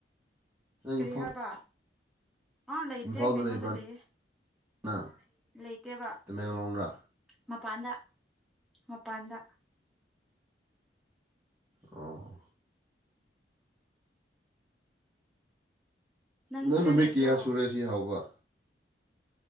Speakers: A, on the right; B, in the centre.
A: ꯅꯪ
B: ꯀꯔꯤꯍꯥꯕ
A: ꯏꯝꯐꯥꯜ
B: ꯑꯥ ꯂꯩꯇꯦ
A: ꯏꯝꯐꯥꯜꯗ
B: ꯀꯩꯅꯣꯗ
A: ꯂꯩꯕ꯭ꯔꯥ
B: ꯂꯩꯌꯦ
A: ꯅꯪ
B: ꯂꯩꯇꯦꯕ
A: ꯇꯃꯦꯡꯂꯣꯡꯗ
B: ꯃꯄꯥꯟꯗ ꯃꯄꯥꯟꯗ
A: ꯑꯣ
B: ꯅꯪꯗꯤ
A: ꯅꯪ ꯅꯨꯃꯤꯠ
B: ꯀꯥꯏ ꯂꯩꯕ꯭ꯔꯣ
A: ꯀꯌꯥ ꯁꯨꯔꯦ ꯁꯤ ꯍꯎꯕ